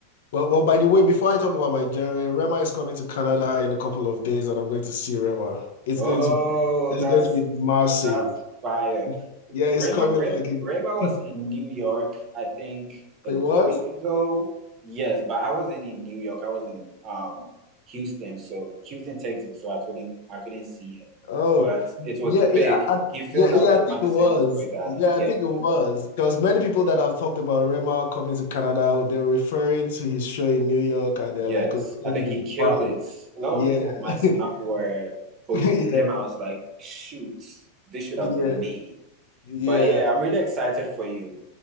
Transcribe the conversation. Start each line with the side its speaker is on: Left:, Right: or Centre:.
Left: Well, well, by the way, before I talk about my journey, Rema is coming to Canada in a couple of days, and I'm going to see Rema. It's
Right: Oh,
Left: going to be, it's
Right: that's
Left: going to be massive.
Right: that's fire. Rayma,
Left: Yeah, it's coming
Right: Ray,
Left: like in-
Right: Rayma
Left: <laughs>
Right: was
Left: it
Right: in New York, I think a
Left: was.
Right: week ago. Yes, but I wasn't in New York. I was in um Houston, so Houston, Texas, so I couldn't I couldn't see him.
Left: Oh,
Right: But it was
Left: yeah, yeah,
Right: big.
Left: I-
Right: He filled
Left: yeah,
Right: out
Left: yeah.
Right: the
Left: I think
Right: Madison
Left: it was.
Right: Square Garden.
Left: Yeah,
Right: Yeah.
Left: I think it was. There was many people that have talked about Rema coming to Canada. They're referring to his show in New York, and they're
Right: Yes.
Left: like, "Oh, it's going
Right: I think
Left: to be
Right: he killed
Left: bang.
Right: it. A lot
Left: Yeah,
Right: of people on my Snap
Left: <laughs>
Right: were posting
Left: yeah,
Right: him. I was like, shoot, this should
Left: yeah,
Right: have been me.
Left: yeah,
Right: But yeah, I'm really excited for you.